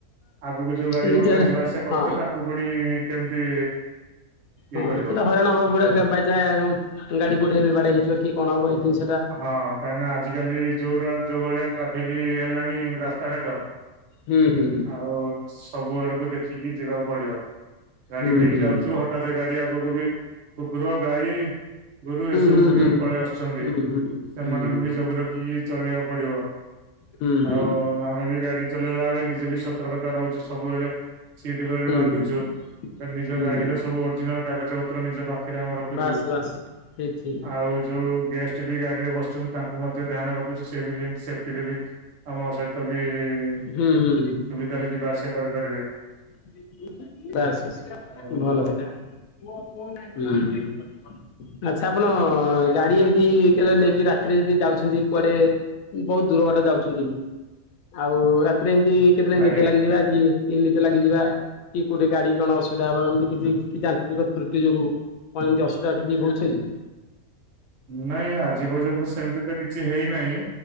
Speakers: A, on the right; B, on the left.
A: ଆଗକୁ ଯୋଉ ଗାଡି
B: ନିଜର
A: ମଟର ଯିବା ଆସିବା କରୁଥିବ
B: ହଁ
A: ତାକୁ ପୁଣି କେମିତି ଇଏ
B: ହଁ
A: କରିବ
B: ସେ ତ ହଇରାଣ ହବ ବଡ ବାଇନ୍ ଗାଡି କୋଉଠେଇ ବାଡଆ ହେଇଯିବ କି କଣ ହବ ଏଇ ଜିନ
A: ହଁ କାହିଁକି ନା ଆଜିକାଲି ଯୋଉା ଯୋଉ ଭଳିଆ ଟ୍ରାଫିକ ହେଲାଣି ଇ ରାସ୍ତା ଘାଟ
B: ହୁଁ ହୁଁ
A: ଆଉ ସବୁ ଆଡକୁ ଦେଖିକି ଯିବାକୁ ପଡିବ ଗାଡି
B: ହୁଁ
A: ନେଇକି
B: ହୁଁ
A: ଯାଉଛୁ ହଠାତ୍ ଗାଡି ଆଗକୁ ବି କୁକୁର ଗାଈ ଗୋରୁ ଏସବୁ
B: ହୁଁ
A: ବି
B: ହୁଁ
A: ପଳେଇ ଆସୁଛନ୍ତି
B: ହୁଁ ହୁଁ ହୁଁ ହୁଁ ହୁଁ
A: ସେମାନଙ୍କୁ ବି ଜଗି ରଖିକି ଚଳେଇବାକୁ ପ
B: ହୁଁ
A: ଆଉ
B: ହୁଁ
A: ଆମେ ବି ଗାଡି ଚଲେଇଲା ବେଳେ ନିଜେ ବି ସତର୍କତା ରହୁଚୁ ସବୁବେଳେ ସିଟ ବେଲଟ ବାନ୍ଧୁଚୁ
B: ହୁଁ
A: ନିଜ
B: ହୁଁ
A: ଗାଡିର ସବୁ ଅରିଜିନାଲ କାଗଜ ପତ୍ର ନିଜ ପାଖରେ ଆମେ ରଖୁଚୁ।
B: ବାସ୍ ବାସ୍ ଠିକ ଠିକ।
A: ଆଉ ଯୋଉ ଗେଷ୍ଟ ବି ଗାଡିରେ ବସୁଛନ୍ତି ତାଙ୍କୁ ମଧ୍ୟ ଧ୍ୟାନ ରଖୁଛି ସେ ବିମତି ସେଫ୍ଟିରେ ବି ଆମ ସହିତ ବି ସୁବିଧାରେ
B: ହୁଁ ହୁଁ
A: ଯିବା ଆସିବା କରିପାରିବେ
B: <inaudible> ବାସ ବାସ
A: ଆଉ
B: ଭଲ ସେଇଟା ଉହୁଁ <unintelligible> ଆଛା ଆପଣ, ଗାଡି ଏମିତି କେ ନେଇକି ରାତିରେ ଯଦି ଯାଉଛନ୍ତି କୁଆଡେ ବହୁତ ଦୂର ବାଟ ଯାଉଛନ୍ତି। ଆଉ ରାତିରେ ଏମତି କେତେବେଳେ
A: ଆଜ୍ଞା
B: ନିଦ ଲାଗିଯିବା କି ଏମିତି ଲାଗିଯିବା କି କୋଉଠି ଗାଡି କଣ ଅସୁିଧା ହବା ଏମିତି କିଛି ଯାନ୍ତ୍ରିକ ତ୍ରୁଟି ଯୋଗୁ। କଣ ଏମିତି ଅସୁବିଧା କିଛି ହଉଛି କି?
A: ନାଇଁ ଆଜି ପର୍ଯ୍ୟନ୍ତ ସେମତି ତ କିଛି ହେଇନାହିଁ।